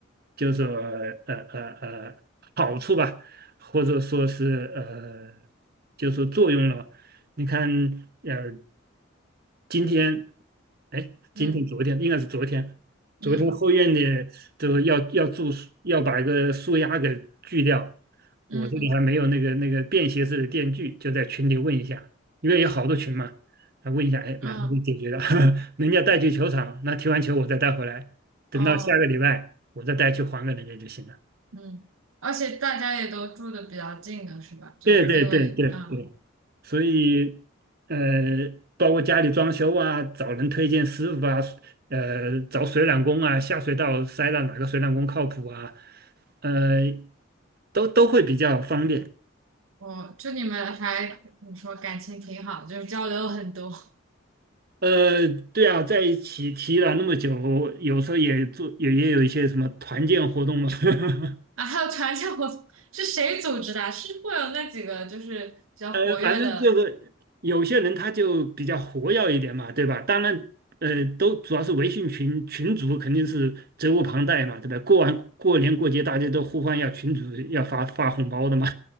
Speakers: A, on the right; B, on the right.
A: 就是说呃呃呃好处吧，或者说是呃，就是说作用了。你看，呃，今天，哎，今天昨天应该是昨天，
B: 嗯嗯
A: 昨天后院的就是要要种树，要把一个树丫给锯掉。我这里还没有那个那个便携式的电锯，
B: 嗯
A: 就在群里问一下，因为有好多群嘛，啊问一下，哎，
B: 嗯
A: 马上就解决了。<laughs> 人家带去球场，那踢完球我再带回来，等到下个礼拜我再带去还给人家就行了。
B: 哦嗯，而且大家也都住的比较近的是吧？就因为嗯，
A: 对对对对对所以呃，包括家里装修啊，找人推荐师傅啊，呃，找水暖工啊，下水道塞到哪个水暖工靠谱啊，呃，都都会比较方便。
B: 我就你们还怎么说感情挺好，就是交流很多 <laughs>
A: 呃，对啊，在一起提了那么久，有时候也做也也有一些什么团建活动嘛。<laughs>
B: 啊。还有团建活动是谁组织的啊是会有那几个就是比较活跃的
A: 呃，反正就是有些人他就比较活跃一点嘛，对吧？当然，呃，都主要是微信群群主肯定是责无旁贷嘛，对吧？过完过年过节，大家都呼唤要群主要发发红包的嘛，